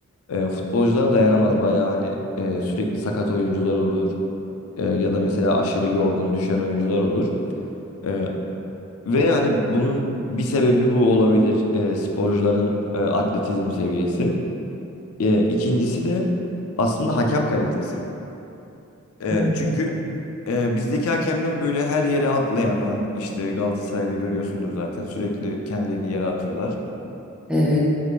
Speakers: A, on the left (about 80°); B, in the centre.
A: e, futbolcular dayanamaz. Bayağı hani e, sürekli sakat oyuncular olur E, ya da mesela aşırı yorgun düşen oyuncular olur. E, ve hani bunun bir sebebi bu olabilir. E, sporcuların e, atletizm seviyesi. E, ikincisi de aslında hakem kalitesi. E,
B: Hı hı.
A: çünkü e, bizdeki hakemler böyle her yere atlayana işte Galatasaray'da görüyorsundur zaten sürekli kendilerini yere atıyorlar.
B: Evet.